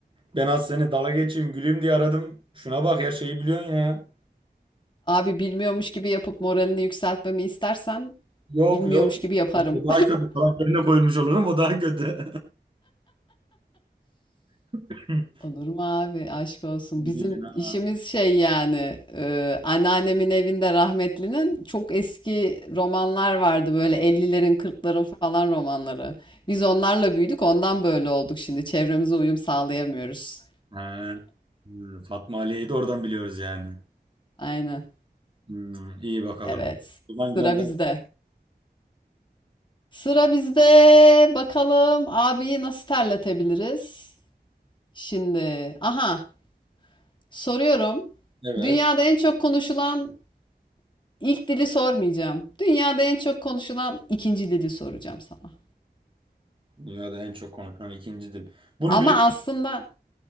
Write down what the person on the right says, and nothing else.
Ben az seni dala geçeyim güleyim diye aradım. Şuna bak her şeyi biliyorsun ya.
Yok
yok.
O daha kötü falan yerine koyulmuş olurum o daha kötü. <laughs>
İyi
bildin ha.
Ha. Hmm, Fatma Aliye'yi de oradan biliyoruz yani.
Hmm, iyi bakalım.
Ulan
gönder.
Evet.
Dünyada en çok konuşulan ikinci dil. Bunu
biliyorsun.